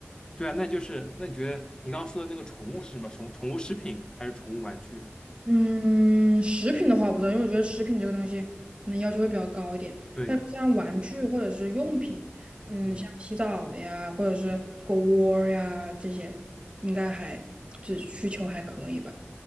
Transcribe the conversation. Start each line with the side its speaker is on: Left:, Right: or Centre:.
Left: 对啊，那就是那你觉得你刚刚说的那个宠物是什么？宠宠物食品还是宠物玩具？
Right: 嗯，食品的话我不知道，因为我觉得食品这个东西可能要求会比较高一点。
Left: 对，
Right: 但是像玩具或者是用品，嗯，
Left: 嗯
Right: 像洗澡的呀，或者是狗窝儿呀这些，应该还这需求还可以吧。